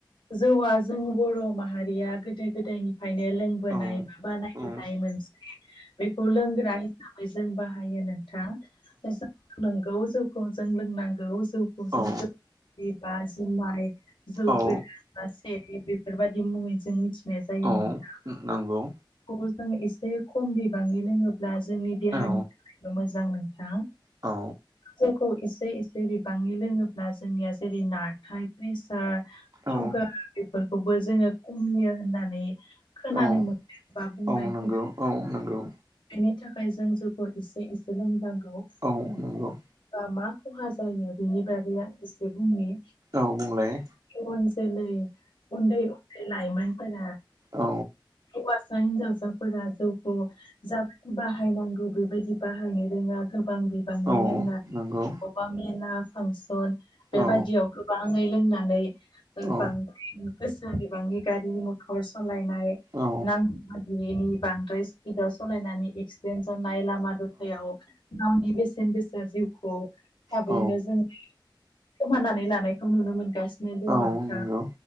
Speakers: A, on the left; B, on the right.
A: जौआ जों बर' माहारिया गोदो गोदायनिफ्रायनो लों बोनाय
B: औ
A: बा बानाय
B: औ
A: बोनाय मोन बेखौ लोंग्रा हिसाबै जों बाहायो नोंथां जे जों नंगौ जौखौ जों लोंनांगौ जौ खौ जों
B: औ
A: बे बा जुमाइ जौ
B: औ
A: गोरन बा सेरेब बेफोरबायदि मुङै जों मिथिनाय जायो
B: औ
A: नोंथां।
B: नंगौ
A: खौबो जों एसे खम बिबांनि लोङोब्ला जोंनि देहानि
B: औ
A: थाखायबो मोजां नोंथां।
B: औ
A: जौखौ एसे एसे बिबांनि लोङोब्ला जोंनिया जेरै नारथाय प्रेसार सुगार
B: औ
A: बेफोरखौबो जोङो खमियो होननानै खोनानो
B: औ
A: मोनो बा बुंनाय
B: औ नंगौ
A: खो
B: औ नंगौ
A: बेनि थाखाय जों जौखौ एसे एसे लोंनांगौ।
B: औ नंगौ
A: बा मा खहा जायो बेनि बागैआ एसे बुंनि
B: औ बुंलाय
A: उन जोलै उन्दै उन्दै लाइमोनफोरा
B: औ
A: हौवासा हिनजावसाफोरा जौखौ जाबायदि बाहायनांगौ बेबायदि बाहायनो रोङा गोबां बिबांनि
B: औ
A: लोंनानै
B: नंगौ
A: बा मेला फांसन बेबायदियाव
B: औ
A: गोबाङै लोंनानै
B: औ
A: बांद्राय गोसा बिबांनि गारि मथर सालायनाय
B: औ
A: नांगौ मादिनि बांद्राय स्पिदाव सालायनानै एक्सिडेन्ट जानाय लामा दथायाव गावनि बेसेन गोसा जिउखौ थाबैनो
B: औ
A: जोङो खोमानानै लानायखौ नुनो मोनगासिनो दं नोंथा
B: औ नंगौ